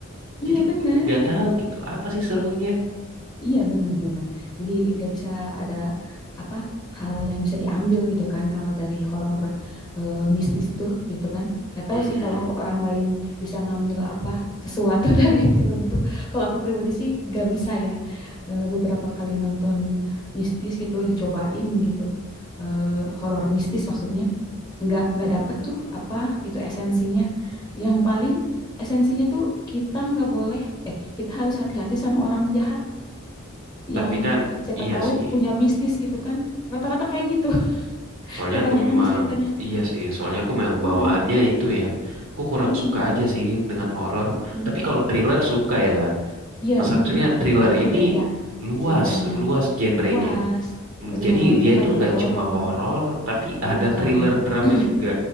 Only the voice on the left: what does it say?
Iya
bener.
Iya benar-benar. Jadi gak bisa ada apa hal yang bisa diambil gitu kan kalau dari horor eh, mistis tuh gitu kan. Gak tahu
sih kalau orang lain bisa ngambil apa sesuatu <laughs> dari film itu. Kalau aku pribadi sih gak bisa ya. Eh, beberapa kali nonton mistis gitu dicobain gitu. Eh, horor mistis maksudnya nggak nggak dapet tuh apa gitu esensinya. Yang paling esensinya tuh kita nggak boleh eh kita harus hati-hati sama orang jahat
yang
siapa
tahu
punya mistis gitu kan. Rata-rata kayak gitu, <laughs>
kebanyakan
ceritanya.
Heeh,
heeh,
heeh.
Iya
bener, kalau
thriller
beda
ceritanya.
Luas,
bener.
Bukan
ke horor,
bukan.
<clears throat>